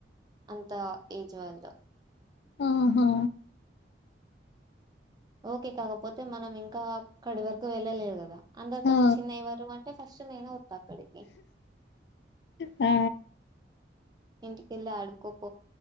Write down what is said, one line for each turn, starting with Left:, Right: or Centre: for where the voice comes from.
Right: అంత ఏజ్ వాళ్ళు.
Left: ఆహా
Right: ఓకె కాకపోతె మనం ఇంకా అక్కడి వరకు వెళ్ళలేదు కదా! అందరికన్నా
Left: ఆ
Right: చిన్న ఎవరు అన్ టె ఫస్ట్ నేనె ఉ తాక్కడికి
Left: ఆ
Right: ఇంటికెల్లి ఆడుకో